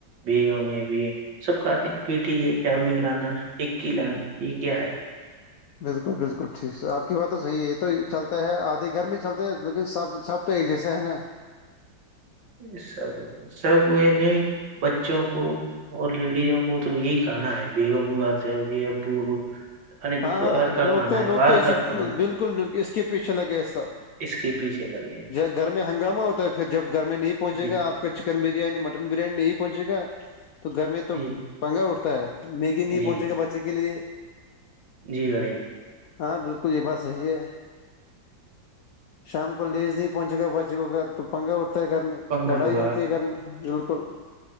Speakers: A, on the right (about 70°); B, on the left (about 70°).
A: بیگم ہے بھی سب کہاتتے ہیں پیٹی یہ چاؤ بین لانا ٹکی لانا یہ کیا ہے
B: بالکل بالکل ٹھیک سر آپ کی بات تو صحیح ہے تو چلتا ہے آدھے گھر میں ہی چلتے ہیں لیکن سب سب تو ایک جیسا ہے نا
A: یہ سب ہے سب ہے نہیں بچوں کو اور لیڈیزوں کو تو یہی کھانا ہے بیگم مگا سے یہ ابو یعنی
B: ہاں
A: باہر
B: ہاں
A: کا
B: لوگ
A: کھانا
B: تو
A: ہے
B: لوگ
A: باہر
B: تو
A: کا
B: اسی
A: کھانا ہے
B: بالکل بالکل اس کے پیچھے لگے سب
A: اس کے پیچھے لگے
B: گھر میں ہنگامہ ہوتا ہے پھر جب گھر میں نہیں پہنچے
A: جی
B: گا آپ کا چکن بریانی مٹن بریانی نہیں پہنچے گا تو گھر میں تو
A: جی
B: پنگا اٹھتا ہے میگی نہیں
A: جی
B: پہنچے گا بچے کے لیے
A: جی بھائی
B: ہاں بالکل یہ بات صحیح ہے شام کو لیز نہیں پہنچے گا بچے کو گھر تو پنگا اٹھتا ہے گھر میں
A: پنگا
B: لڑائی
A: ہوا
B: ہوتی ہے گھر میں بالکل